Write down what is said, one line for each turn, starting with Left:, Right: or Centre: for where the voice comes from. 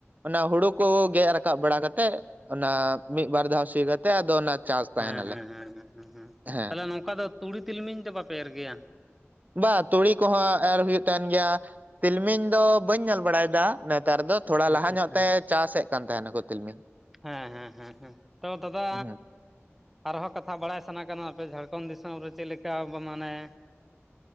Right: ᱚᱱᱟ ᱦᱩᱲᱩ ᱠᱚ ᱜᱮᱫ ᱨᱟᱠᱟᱵ ᱵᱟᱲᱟ ᱠᱟᱛᱮᱜ ᱚᱱᱟ ᱢᱤᱫ ᱵᱟᱨ ᱫᱷᱟᱣ ᱥᱤ ᱠᱟᱛᱮᱜ ᱛᱮ ᱟᱫ ᱚᱱᱟ ᱪᱟᱥ ᱛᱟᱦᱮᱱᱟᱞᱮ
Centre: ᱦᱮᱸ ᱦᱮᱸ ᱦᱮᱸ
Right: ᱦᱮᱸ
Centre: ᱛᱟᱦᱚᱞᱮ ᱱᱚᱝᱠᱟ ᱫᱚ ᱛᱩᱲᱤ ᱛᱤᱞᱢᱤᱧ ᱫᱚ ᱵᱟᱯᱮ ᱮᱨ ᱜᱮᱭᱟ
Right: ᱵᱟ ᱛᱩᱲᱤ ᱠᱚᱦᱚᱸ ᱟᱨ ᱦᱩᱭᱩᱜ ᱠᱟᱱ ᱜᱮᱭᱟ ᱛᱤᱞᱢᱤᱧ ᱫᱚ ᱵᱟᱹᱧ ᱧᱮᱞ ᱵᱟᱲᱟᱭᱮᱫᱟ ᱱᱮᱛᱟᱨ ᱫᱚ ᱛᱷᱚᱲᱟ
Centre: ᱟᱪᱪᱷᱟ
Right: ᱞᱟᱦᱟ ᱧᱚᱜ
Centre: ᱟᱪᱪᱷᱟ
Right: ᱛᱮ ᱪᱟᱥᱮᱫ ᱠᱟᱱ ᱛᱟᱦᱮᱱᱟᱠᱚ ᱛᱤᱞᱢᱤᱧ
Centre: ᱦᱮᱸ ᱦᱮᱸ ᱦᱮᱸ ᱛᱚ ᱫᱟᱫᱟ
Right: ᱦᱩᱸ
Centre: ᱟᱨᱦᱚᱸ ᱠᱟᱛᱷᱟ ᱵᱟᱲᱟᱭ ᱥᱟᱱᱟ ᱠᱟᱱᱟ ᱟᱯᱮ ᱡᱷᱟᱲᱠᱷᱚᱸᱰ <unintelligible> ᱫᱤᱥᱚᱢ ᱨᱮ ᱪᱮᱫ ᱞᱮᱠᱟ ᱵᱚ ᱢᱟᱱᱟᱮᱭᱟ